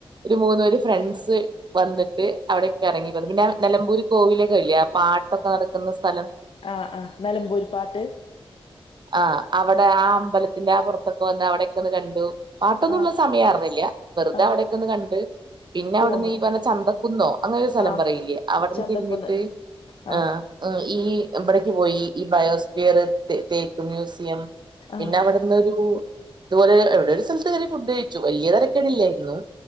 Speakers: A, on the right (about 50°); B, on the left (about 65°).
A: ഒരു മൂന്ന് പേര് ഫ്രണ്ട്സ് വന്ന്ട്ട് അവിടെക്കെറങ്ങി പിന്നെയാ നെലമ്പൂര് കോവിലകയില്ലെ ആ പാട്ടൊക്കെ നട്ക്ക്ന്ന സ്ഥലം
B: ആഹ് ആഹ് നിലമ്പൂരി പാട്ട്
A: ആഹ് അവടെ ആ അമ്പലത്തിന്റെ ആ പൊറത്ത് ക്കെ വന്ന് അവിടെക്കൊന്ന് കണ്ടു പാട്ടൊന്നുള്ള
B: ആഹ്
A: സമയാർന്നില്ല്യ വെറ്തെ
B: ആഹ്
A: അവിടെക്കൊന്ന് കണ്ട് പിന്നെ
B: പോന്നു
A: അവിട്ന്നീ പറഞ്ഞ ചന്തക്കുന്നോ? അങ്ങനൊരു സ്ഥലം
B: ആഹ്
A: പറയില്ലേ? അവട്ന്ന്
B: ചന്തക്കുന്ന്
A: തിരിഞ്ഞിട്ട് ആ്
B: ആഹ്
A: ഈ ഇമ്പ്ടേക്ക് പോയി ഈ ബയോസ്പിയർ, തെതേക്ക് മ്യൂസിയം,
B: ആഹ്
A: പിന്നവ്ട് പിന്നൊരു ഇത്പോലെ എവ്ടൊരു സ്ഥൽത്ത് കെയറി ഫുഡ് കഴിച്ചു വല്ല്യ തെരക്കേടില്ലായിരുന്നു.